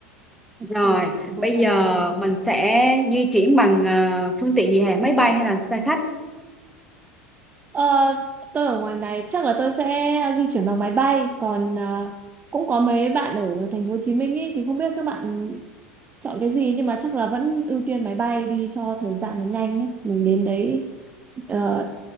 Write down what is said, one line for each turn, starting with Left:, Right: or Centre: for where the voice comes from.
Right: ok
Centre: rồi
Right: bốn
Centre: bây
Right: ngày
Centre: giờ
Right: ba đêm
Centre: mình sẽ di chuyển bằng ờ, phương tiện gì hả máy bay hay là xe khách
Right: Ờ, tôi ở ngoài này chắc là tôi sẽ di chuyển bằng máy bay còn ờ, cũng có mấy bạn ở thành phố Hồ Chí Minh ấy thì không biết các bạn chọn cái gì nhưng mà chắc là vẫn ưu tiên máy bay đi cho thời gian nó nhanh ấy mình đến đấy ờ,